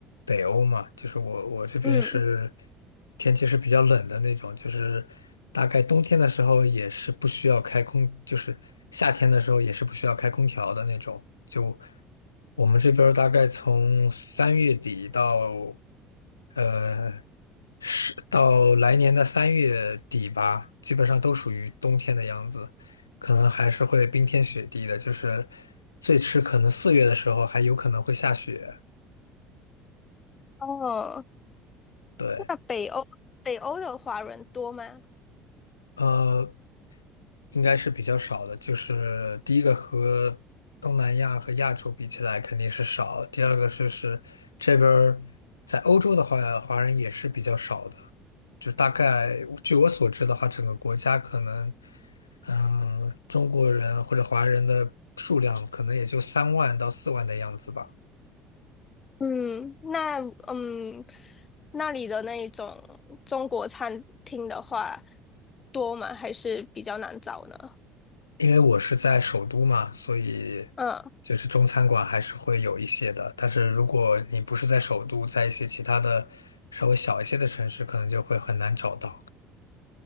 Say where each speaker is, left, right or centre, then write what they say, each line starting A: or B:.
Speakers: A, on the left (about 80°); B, on the left (about 35°).
A: 北欧嘛，就是我我这边是
B: 嗯，
A: 天气是比较冷的那种，就是大概冬天的时候也是不需要开空，就是夏天的时候也是不需要开空调的那种。就我们这边儿大概从三月底到呃是到来年的三月底吧，基本上都属于冬天的样子。可能还是会冰天雪地的，就是最迟可能四月的时候还有可能会下雪。
B: 哦，
A: 对，
B: 那北欧北欧的华人多吗？
A: 呃，应该是比较少的。就是第一个和东南亚和亚洲比起来肯定是少，第二个就是这边儿在欧洲的话，华人也是比较少的。就大概据我所知的话，整个国家可能，嗯，中国人或者华人的数量可能也就三万到四万的样子吧。
B: 嗯，那嗯那里的那一种中国餐厅的话多吗？还是比较难找呢？
A: 因为我是在首都嘛，所以
B: 嗯，
A: 就是中餐馆还是会有一些的。但是如果你不是在首都，在一些其他的稍微小一些的城市，可能就会很难找到。